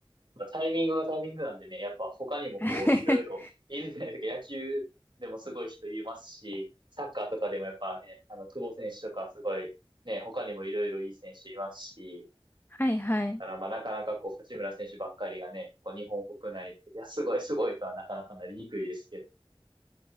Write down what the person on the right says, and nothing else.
まあ、タイミングがタイミングなんでね、やっぱ他にもこう、
いろいろいるじゃないですか。野球でもすごい人いますし、サッカーとかでもやっぱね、あの、久保選手とかすごい、ね、他にもいろいろいい選手いますし、
だからまあなかなかこう、八村選手ばっかりがね、こう、日本国内で、いや、すごいすごいとはなかなかなりにくいですけど、